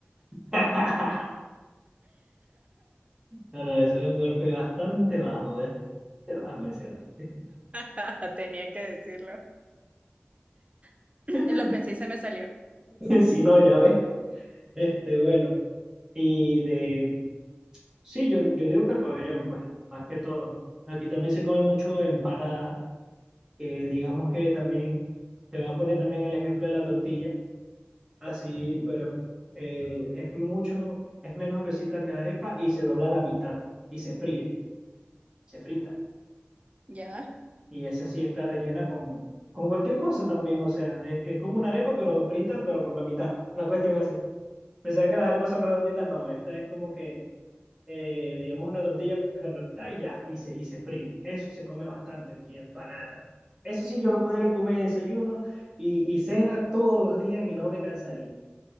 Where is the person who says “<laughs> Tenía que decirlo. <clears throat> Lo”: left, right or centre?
Right